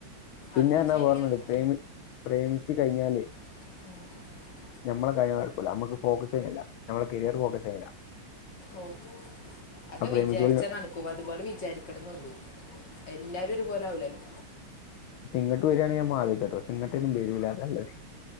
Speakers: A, on the left; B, on the left.
A: പിന്നെർഞ്ഞാ
B: അതും ശരിയാണ്
A: വേർഞ്ഞത് പ്രേമി പ്രേമിച്ചു കഴിഞ്ഞാലേ
B: ഉം
A: ഞമ്മളെ കാര്യങ്ങള് നടക്കൂല നമ്മക്ക് ഫോക്കസ് ചെയ്യുല്ല നമ്മള കരിയർ ഫോക്കസ് ചെയ്യുല്ല
B: ഓഹ് അത്
A: പ്രേമിച്ചു
B: വിചാരിച്ചാ നടക്കും അതുപോലെ വിചാരിക്കണം എന്നുള്ളു എല്ലാരും ഒരു പോലെ ആവില്ലല്ലോ
A: ഫസ്റ്റ് ഇങ്ങട്ട് വരിയാണെ ഞാ ആലോചിച്ച്ട്ടോ പക്ഷെ ഇങ്ങിട്ടൊന്നും വരില്ല അതല്ലേ